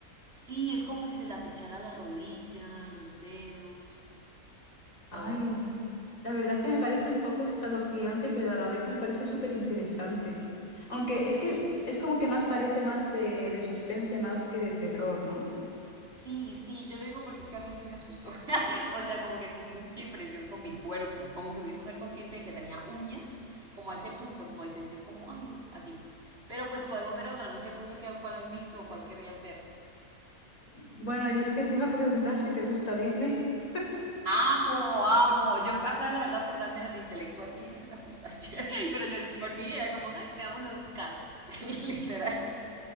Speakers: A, on the right; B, on the left.
A: Sí, es como si se la pichara la rodilla, los dedos,
B: Ay,
A: todo eso.
B: la verdad es que me parece un poco escalofriante, pero a la vez me parece súper interesante. Aunque
A: Sí,
B: es que es como que más parece más de, de suspense más que de terror, ¿no?
A: sí, sí, yo lo digo porque es que a mí se me asustó. <laughs> O sea, como que sí me dio mucha impresión con mi cuerpo, como que me hizo ser consciente de que tenía uñas, como a ese punto, como de sentir como, ay no, así. Pero pues podemos ver otra, no sé de pronto qué, cuál has visto o cuál querrías ver.
B: Bueno, y es que te iba a preguntar si te gusta Disney. <laughs>
A: Amo, amo. Yo acá la verdad por darme las de intelectual dije, <laughs> me asustaste. <laughs> Pero yo por mí era como, veamos unos Cars, <laughs> literal.